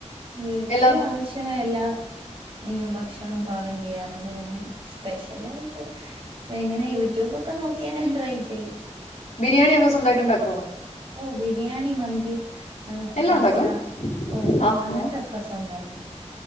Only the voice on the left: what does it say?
എല്ലാം
ബിരിയാണി ഒക്കെ സ്വന്തായിട്ട് ഇണ്ടാക്കോ?
എല്ലാം
ഉണ്ടാക്കും
ആ
ആ